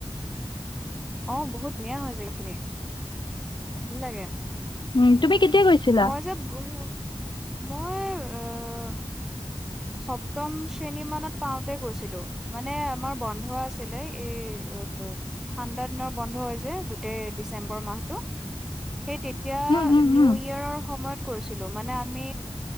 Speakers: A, in the centre; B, on the left.
A: অ', বহুত ধুয়ীয়া হৈ জাগাখিনি ভাল লাগে
B: উম তুমি কেতিয়া গৈছিলা?
A: মই যে বহুত মই আহ সপ্তম শ্ৰেণী মানত পাওঁতে গৈছিলো। মানে আমাৰ বন্ধ আছিলে এই অ ঠাণ্ডা দিনৰ বন্ধ হৈছে গোটেই ডিচেম্বৰ মাহটো সেই তে এতিয়া
B: উম উম
A: নিউ
B: উম
A: ইয়েৰৰ সময়ত গৈছিলোঁ মানে আমি